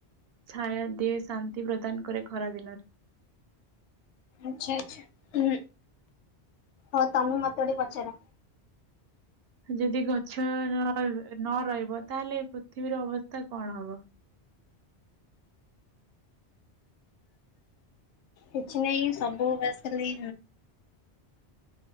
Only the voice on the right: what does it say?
ଛାୟା ଦିଏ ଶାନ୍ତିି ପ୍ରଦାନ କରେ ଖରା ଦିନରେ।
ଯଦି ଗ ଛ ନ ରହିବ ତାହେଲେ ପୃଥିବୀର ଅବସ୍ଥା କଣ ହବ।